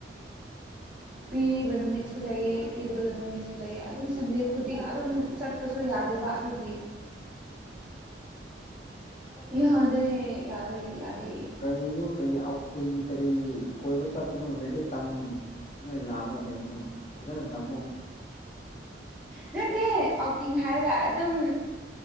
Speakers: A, in the centre; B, on the left.
A: ꯄꯤꯕ ꯅꯨꯃꯤꯠꯁꯨ ꯂꯩꯑ ꯄꯤꯗꯕꯗ ꯅꯨꯃꯤꯠꯁꯨ ꯂꯩꯑ ꯑꯗꯨꯝ ꯁꯟꯗꯦ ꯈꯨꯗꯤꯡ ꯑꯗꯨꯝ ꯆꯠꯄꯁꯨ ꯌꯥꯗꯦꯕ ꯑꯗꯨꯒꯤ ꯌꯦ ꯌꯥꯗ ꯌꯥꯗꯦ ꯌꯥꯗ
B: ꯀꯔꯤꯅꯣ ꯀꯔꯤ ꯑꯥꯎꯇꯤꯡ ꯀꯔꯤ ꯀꯣꯏꯕ ꯆꯠꯄꯅꯣ ꯂꯥꯏꯔꯤꯛ ꯇꯝ ꯇꯉꯥꯏꯅ ꯂꯥꯛꯑꯒ ꯀꯩꯅꯣ ꯐꯖꯅ ꯇꯝꯃꯨ
A: ꯅꯠꯇꯦ ꯑꯥꯎꯇꯤꯡ ꯍꯥꯏꯔꯒ ꯑꯗꯨꯝ